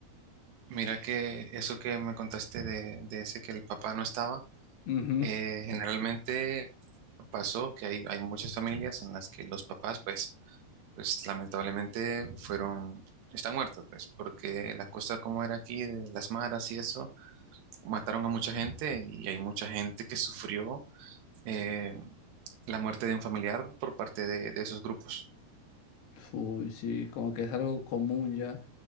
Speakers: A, on the right; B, on the left.
A: mira que eso que me contaste de, de ese que el papá no estaba,
B: Ujú.
A: eh, generalmente pasó que hay, hay muchas familias en las que los papás, pues, pues lamentablemente fueron, están muertos, pues, porque la cosa como era aquí, de las maras y eso, mataron a mucha gente y hay mucha gente que sufrió eh, la muerte de un familiar por parte de, de esos grupos.
B: Uy, sí, como que es algo común ya